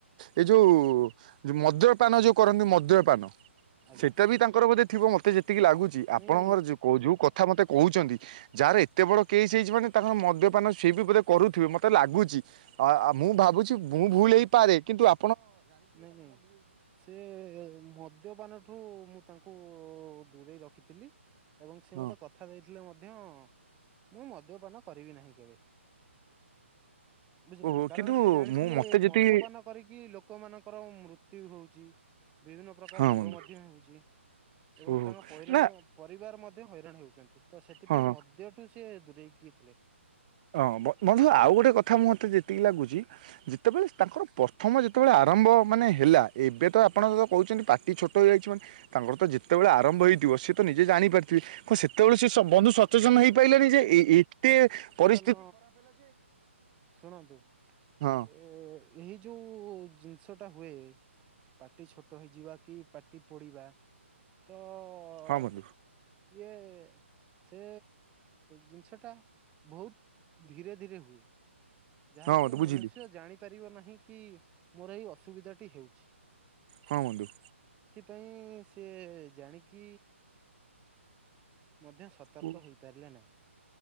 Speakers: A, on the right; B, on the right.
A: ଏଇ ଯୋଉ ମଦ୍ୟପାନ ଯୋଉ କରନ୍ତି ମଦ୍ୟପାନ
B: ଆଜ୍ଞା
A: ସେଇଟା ବି ତାଙ୍କର ବୋଧେ ଥିବ ମତେ ଯେତିକି ଲାଗୁଛି
B: ନାଇଁ
A: ଆପଣଙ୍କର ଯୋଉ କଥା ମତେ କହୁଛନ୍ତି ଯାହାର ଏତେ ବଡ କେହି ଚି ମାନେ ତା ମଦ୍ୟପାନ ସିଏ ବି ବୋଧେ କରୁଥିବେ ମତେ ଲାଗୁଛି ଆ ମୁଁ ଭାବୁଛି ମୁଁ ଭୁଲ ପାରେ କିନ୍ତୁ ଆ
B: ନାଇଁ ନାଇଁ ସେ ମଦ୍ୟପାନଠୁ ମୁଁ ତାଙ୍କୁ ଠୁ ଦୂରେଇ ରଖିଥିଲି ଏବଂ ସେ
A: ହଁ
B: ମତେ କଥା ଦେଇଥିଲେ ମଧ୍ୟ ମୁଁ ମଦ୍ୟପାନ କରିବି ନାହିଁ କେବେ। ବୁଝିଲେ
A: ଓହୋ
B: ନା କାରଣ
A: କିନ୍ତୁ
B: ସେ ଜାଣିଥିଲେ
A: ମୁଁ ମତେ ଯେତିକି
B: ମଦ୍ୟପାନ କରିକି ଲୋ ମାନଙ୍କର ମୃତ୍ୟୁ ହଉଚି ବିଭିନ୍ନ ପ୍ରକାର
A: ହଁ
B: ରୋଗ
A: ବନ୍ଧୁ
B: ମଧ୍ୟ ହେଉଚି ଏବଂ
A: ଓହୋ
B: ତାଙ୍କ ପଇରାଣ
A: ନା
B: ପରିବାର ମଧ୍ୟ ହଇ ରାଣ ହେଉଚନ୍ତି ତ ସେଥିପାଇଁ
A: ହଁ।
B: ମଦିୟ ଠୁ ସିଏ ଦୂରେଇକି ଥିଲେ।
A: ହଁ ବ ବନ୍ଧୁ ଆଉ ଗୋଟେ କଥା ମୁଁ ମତେ ଯେତିକି ଲାଗୁଚି ଯେତେବେଳେ ତାଙ୍କର ପ୍ରଥମ ଯେତେବେଳେ ଆ ଆରମ୍ଭ ମାନେ ହେଲା ଏବେ ତ ଆପଣ ଯଉ କହୁଛନ୍ତି ପାଟି ଛୋଟ ହେଇଯାଇଚି ମାନେ ତାଙ୍କର ତ ଯେତେବେଳେ ଆରମ୍ଭ ହୋଇଇଥ ଥି ସେ ତ ନିଜେ ଜାଣି ପାରିଥିବେ ସେତେବେଳେ ସେ ବନ୍ଧୁ ସଚେତନ ହେଇପାରିଲାନି ଯେ ଏ ଏ ଏତେ ପରି
B: ନ ଶୁଣନ୍ତୁ
A: ହଁ
B: ଏ ଏହି ଯୋଉ ଜିନିଷଟା ହୁଏ ପାଟି ଛୋଟ ହେଇଯିବା କି ପାଟି ପଡିବା ତ ତ
A: ହଁ ବନ୍ଧୁ
B: ଇଏ ସେ ଜିନିଷ ଟା ବହୁତ ଧୀରେ ଧୀରେ ହୁଏ। ଯାହାକି
A: ହଁ ବନ୍ଧୁ
B: ମନୁଷ୍ୟ
A: ବୁଝିଲି
B: ଜାଣି ପାରିବ ନାହିଁ କି ମୋର ଏଇ ଅସୁବିଧାଟି ହେଉଛି।
A: ହଁ ବନ୍ଧୁ।
B: ପାଇଁ ସେ ଜାଣିକି ମଧ୍ୟ ସତର୍କ
A: ଓ
B: ହେଇପାରିଲେ ନାହିଁ